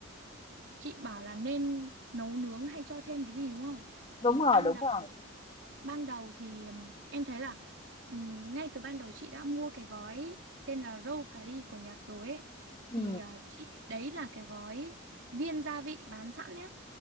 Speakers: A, on the right; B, on the left.
A: chị bảo là nên nấu nướng hay cho thêm cái gì đúng không?
B: Đúng
A: Thì
B: rồi,
A: ban
B: đúng
A: đầu
B: rồi.
A: ban đầu thì ừm, em thấy là ừm, ngay từ ban đầu chị đã mua cái gói tên là Roll Cà ri của Nhật rồi ấy thì
B: ừ
A: à, chị đấy là cái gói viên gia vị bán sẵn nhá